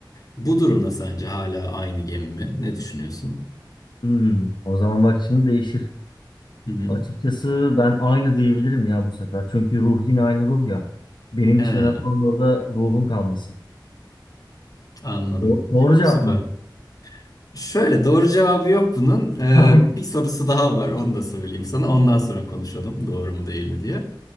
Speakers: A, on the left; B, on the left.
A: Bu durumda sence hala aynı gemi mi? Ne düşünüyorsun?
B: Hmm, o zaman bak şimdi değişir.
A: Hı hı.
B: Açıkçası ben aynı diyebilirim ya bu sefer. Çünkü ruh yine aynı ruh ya. Benim
A: He,
B: için önemli olan orada ruhun kalması.
A: anladım.
B: Do- Doğru cevap
A: Süper.
B: mı?
A: Şöyle doğru cevabı yok bunun. Ee,
B: <laughs> Aynen.
A: bir sorusu daha var. Onu da söyleyeyim sana. Ondan sonra konuşalım doğru mu değil mi diye.